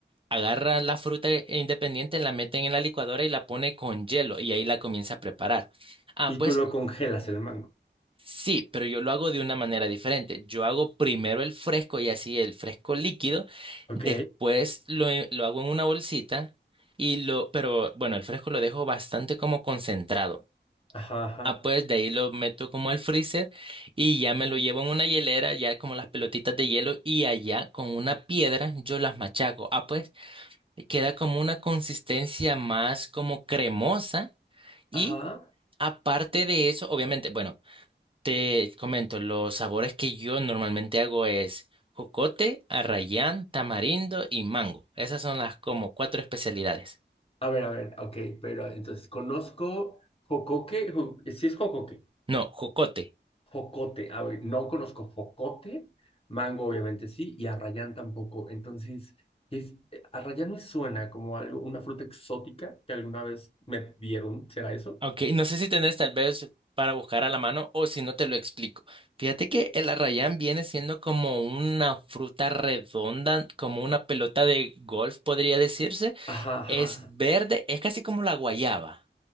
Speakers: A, on the right; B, on the left.
A: agarra la fruta independiente, la meten en la licuadora y la pone con hielo y ahí la comienza a preparar. Ah,
B: Y
A: pues
B: tú lo congelas el mango.
A: sí, pero yo lo hago de una manera diferente. Yo hago primero el fresco y así el fresco líquido,
B: Ok.
A: después lo, lo hago en una bolsita y lo, pero bueno, el fresco lo dejo bastante como concentrado.
B: Ajá, ajá,
A: Ah, pues de ahí lo meto como al freezer y ya me lo llevo en una hielera, ya como las pelotitas de hielo y allá con una piedra yo las machaco. Ah, pues queda como una consistencia más como cremosa y
B: ajá.
A: aparte de eso, obviamente, bueno, te comento, los sabores que yo normalmente hago es jocote, arrayán, tamarindo y mango. Esas son las como cuatro especialidades.
B: A ver, a ver, ok, pero entonces conozco jocoque, si es jocoque.
A: No, jocote.
B: Jocote, a ver, no conozco jocote, mango obviamente sí, y arrayán tampoco. Entonces, es, arrayán me suena como algo, una fruta exótica que alguna vez me dieron, ¿será eso?
A: Ok, no sé si tenés tal vez para buscar a la mano o si no te lo explico. Fíjate que el arrayán viene siendo como una fruta redonda, como una pelota de golf, podría decirse.
B: Ajá, ajá.
A: Es verde, es casi como la guayaba.